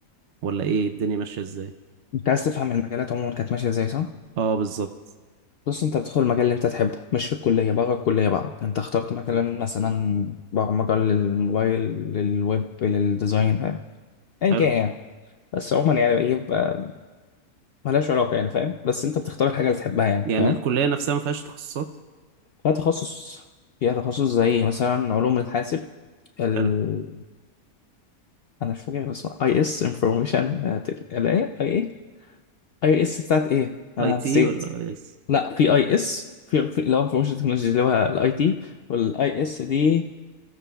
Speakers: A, on the right; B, on the left.
A: ولا ايه الدنيا ماشية ازاي
B: انت عايز تفهم المجالات عموما كانت ماشيه ازاي صح؟
A: اه بالظبط
B: بص انت بتدخل المجال اللي انت تحبه مش في الكلية بره الكلية بقى انت اخترت مكان مثلا برمجة للموبايل للويب للديزاين فاهم ايا
A: حلو
B: كان يعني بس عموما يعني ايه بقى ملهاش علاقة يعني فاهم بس انت بتختار الحاجة اللي تحبها يعني
A: يعني
B: فاهم
A: الكلية نفسها ما فيهاش تخصصات
B: فيها تخصص فيها تخصص زي مثلا علوم الحاسب ال...
A: حلو
B: انا مش فاكر اسمها اي اس انفورميشن اللي هي اي ايه اي اس بتاعت ايه انا
A: اي تي
B: نسيت
A: ولا يس
B: لا في اي اس في في- اللي هو انفورميشن تكنولوجي اللي هو الاي تي والاي اس دي